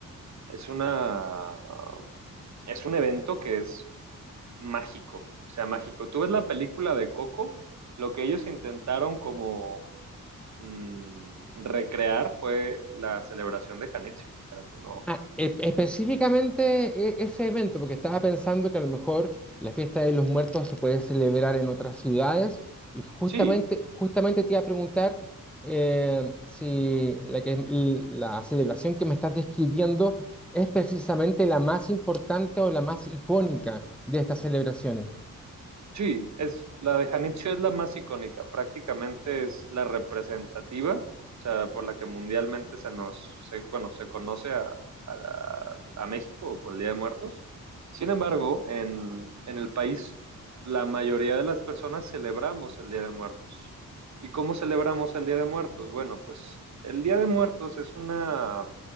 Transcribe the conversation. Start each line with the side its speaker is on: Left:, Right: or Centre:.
Right: es una, es un evento que es mágico, o sea, mágico. Tú ves la película de Coco, lo que ellos intentaron como mm, recrear fue la celebración de Janitzio, pero pues no.
Centre: Ah, e- específicamente e- ese evento, porque estaba pensando que a lo mejor la fiesta de los muertos se puede celebrar en otras ciudades y justamente,
Right: Sí,
Centre: justamente te iba a preguntar eh, si la, que- la celebración que me estás describiendo es precisamente la más importante o la más icónica de estas celebraciones.
Right: Sí, es la de Janitzio es la más icónica, prácticamente es la representativa, o sea, por la que mundialmente se nos, se, bueno, se conoce a, a la- a México por el Día de Muertos. Sin embargo, en, en el país, la mayoría de las personas celebramos el Día de Muertos. ¿Y cómo celebramos el Día de Muertos? Bueno, pues el Día de Muertos es una